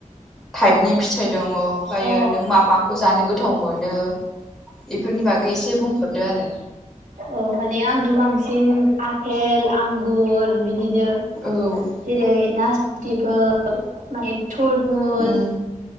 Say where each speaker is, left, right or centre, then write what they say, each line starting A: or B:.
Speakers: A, in the centre; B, on the right (about 90°).
A: टाइपनि फिथाइ दङ ओमफ्रायो
B: अ
A: नों मा माखौ जानो गोथाव मोनो? बेफोरनि बागै एसे बुंफोररदो आरो?
B: अ माने आंथ' बांसिन आफेल आंगुर बिदिनो
A: औ
B: जेरै नासफुथिफोर माने तरमुस
A: उम